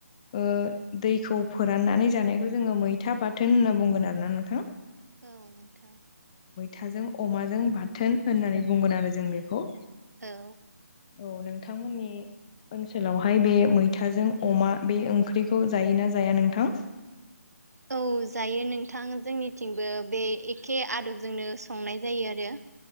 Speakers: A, on the left; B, on the right.
A: ओ दैखौ फोराननानै जानायखौ जोङो मैथा बाथोन होनना बुंगोन आरोना नोंथां।
B: औ नोंथां।
A: थाजों अमाजों बाथोन होननानै बुंगोन आरो जों बेखौ।
B: औ।
A: औ नोंथांमोननि ओनसोलावहाय बे मैथाजों अमा बे ओंख्रिखौ जायोना जाया नोंथां?
B: औ जायो नोंथां। जोंनिथिंबो बे एखे आदबजोंनो संनाय जायो आरो।